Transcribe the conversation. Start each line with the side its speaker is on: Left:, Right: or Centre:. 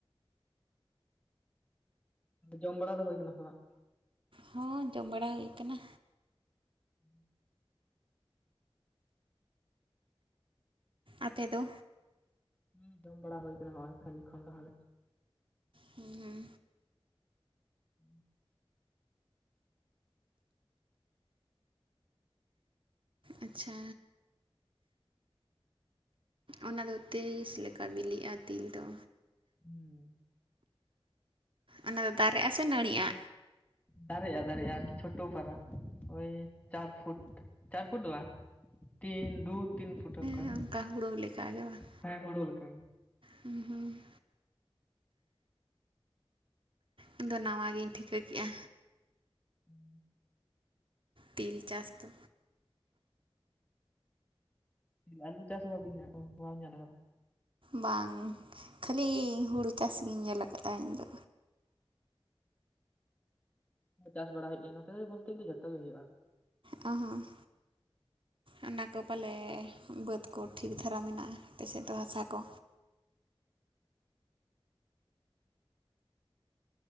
Left: ᱡᱚᱢ ᱵᱟᱲᱟ ᱫᱚ ᱦᱩᱭ ᱠᱟᱱᱟ ᱥᱮ ᱵᱟᱝ
Right: ᱦᱚᱸ ᱡᱚᱢ ᱵᱟᱲᱟ ᱦᱩᱭ ᱠᱟᱱᱟ
Left: ᱦᱩᱸ
Right: ᱟᱯᱮ ᱫᱚ
Left: ᱦᱩᱸ ᱡᱚᱢ ᱵᱟᱲᱟ ᱦᱩᱭ ᱠᱟᱱᱟ ᱱᱚᱸᱜᱼᱚᱭ ᱠᱷᱟᱹᱱᱤ ᱠᱷᱚᱱ ᱞᱟᱦᱟ ᱨᱮ
Right: ᱦᱩᱸ ᱦᱩᱸ
Left: ᱦᱩᱸ
Right: ᱟᱪᱪᱷᱟ ᱚᱱᱟᱫᱚ ᱛᱤᱥ ᱞᱮᱠᱟ ᱵᱤᱞᱤᱜᱼᱟ ᱛᱤᱞ ᱫᱚ
Left: ᱦᱩᱸ
Right: ᱚᱱᱟ ᱫᱚ ᱫᱟᱨᱮᱜᱼᱟ ᱥᱮ ᱱᱟᱹᱲᱤᱜᱼᱟ?
Left: ᱫᱟᱨᱮᱜᱼᱟ ᱫᱟᱨᱮᱜᱼᱟ ᱟᱨᱠᱤ ᱪᱷᱳᱴᱳ ᱯᱟᱨᱟ ᱳᱭ ᱪᱟᱨ ᱯᱷᱩᱴ ᱪᱟᱨ ᱯᱷᱩᱴ ᱫᱚ ᱵᱟ ᱛᱤᱱ ᱫᱩ ᱛᱤᱱ ᱯᱷᱩᱴ ᱚᱱᱠᱟ
Right: ᱦᱮ ᱚᱝᱠᱟ ᱦᱩᱲᱟᱹ ᱞᱮᱠᱟᱜᱮ ᱵᱟᱝ
Left: ᱦᱮᱸ ᱦᱩᱲᱩ ᱞᱮᱠᱟ ᱜᱮ
Right: ᱦᱩᱸ ᱦᱩᱸ ᱤᱧᱫᱚ ᱱᱟᱣᱟ ᱜᱤᱧ ᱴᱷᱤᱠᱟᱹ ᱠᱮᱜᱼᱟ᱾
Left: ᱦᱩᱸ
Right: ᱛᱤᱞ ᱪᱟᱥ ᱫᱚ᱾
Left: ᱟᱹᱞᱩ ᱪᱟᱥ ᱦᱚᱸ ᱵᱟᱤᱱ ᱧᱮᱞ <inaudible> ᱧᱮᱞ ᱠᱟᱫᱟ?
Right: ᱵᱟᱝ ᱠᱷᱟᱹᱞᱤ ᱤᱧ ᱦᱩᱲᱩ ᱪᱟᱥᱜᱮᱧ ᱧᱮᱞ ᱠᱟᱜᱼᱟ ᱤᱧᱫᱚ᱾
Left: ᱪᱟᱥ ᱵᱟᱲᱟ ᱦᱩᱭᱩᱜ ᱜᱮᱭᱟ ᱱᱚᱛᱮ ᱫᱚ ᱵᱚᱞᱛᱮ ᱜᱮᱞᱮ ᱡᱷᱚᱛᱚ ᱜᱮ ᱦᱩᱭᱩᱜᱼᱟ᱾
Right: ᱚ ᱦᱚᱸ ᱚᱱᱟ ᱠᱚ ᱯᱟᱞᱮ ᱵᱟᱹᱫᱽ ᱠᱚ ᱴᱷᱤᱠ ᱫᱷᱟᱨᱟ ᱢᱮᱱᱟᱜᱼᱟ ᱟᱯᱮ ᱥᱮᱫ ᱫᱚ ᱦᱟᱥᱟ ᱠᱚ